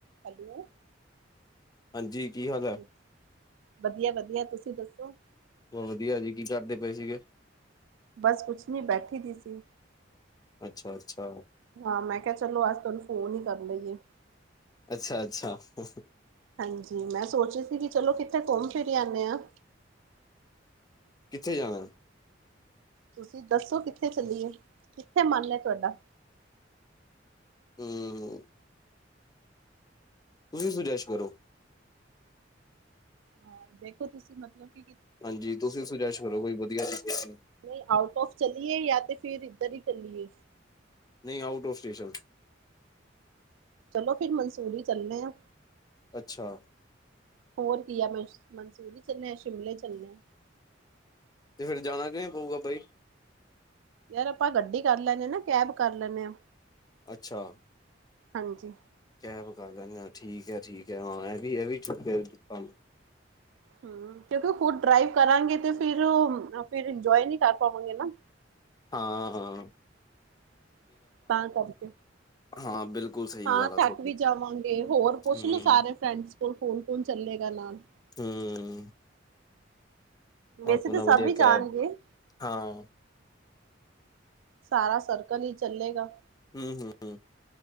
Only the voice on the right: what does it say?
ਹੈਲੋ,
ਹਾਂਜੀ।
ਵੱਧੀਆ- ਵੱਧੀਆ ਤੁਸੀਂ ਦੱਸੋ?
ਬਸ ਕੁਛ ਨੀ ਬੈਠੀ ਦੀ ਸੀ।
ਹਾਂ ਮੈਂ ਕੇਆ ਚਲੋ ਅੱਜ ਤੁਆਨੂੰ ਫੋਨ ਈ ਕਰਨ ਲਈਏ।
ਹਾਂਜੀ ਮੈਂ ਸੋਚ ਰੀ ਸੀ ਕਿ ਚਲੋ ਕਿੱਥੇ ਘੁੰਮ ਫਿਰ ਆਨੇ ਆਂਦੇ।
ਤੁਸੀਂ ਦੱਸੋ ਕਿਥੇ ਚੱਲੀਏ, ਕਿੱਥੇ ਮਨ ਏ ਤੋਡਾ?
ਹਾਂ ਦੇਖੋ ਤੁਸੀਂ ਮਤਲਬ ਕੀ
ਨਈ ਆਊਟ ਔਫ ਚੱਲੀਏ ਯਾ ਤਾਂ ਫੇਰ ਈਦਰ ਈ ਚੱਲੀਏ?
ਚਲੋ ਫੇਰ ਮਨਸੂਰੀ ਚੱਲਦੇ ਆਂ।
ਹੋਰ ਕੀ ਆ ਮੈਂਸ ਮਨਸੂਰੀ ਚੱਲੇ ਆ ਸ਼ਿਮਲੇ ਚੱਲੇ ਆਂ।
ਯਾਰ ਆਪਾਂ ਗੱਡੀ ਕਰ ਲੈਂਨੇ ਆ ਨਾ ਕੈਬ ਕਰ ਲੈਂਨੇ ਆਂ।
ਹਾਂਜੀ
ਹੂੰ, ਕਿਉਂਕਿ ਖੁ ਡਰਾਈਵ ਕਰਾਂਗੇ ਤੇ ਫਿਰ ਓ ਫਿਰ ਇੰਜੋਏ ਨੀ ਕਰ ਪਾਵਾਂਗੇ ਨਾ।
<inaudible> ਤਾਂ ਕਰਕੇ,
ਆਂ
ਥੱਕ
ਵੀ ਜਾਵਾਂਗੇ ਹੋਰ ਪੁੱਛ
ਲੋ ਸਾਰੇ ਫਰੈਂਡਸ ਕੋਲ ਕੋਨ-ਕੋਨ ਚੱਲੇਗਾ ਨਾਲ।
ਵੈਸੇ
ਤਾਂ ਸਭ
ਹੀ
ਜਾਣਗੇ
ਸਾਰਾ ਸਰਕਲ ਈ ਚੱਲੇਗਾ।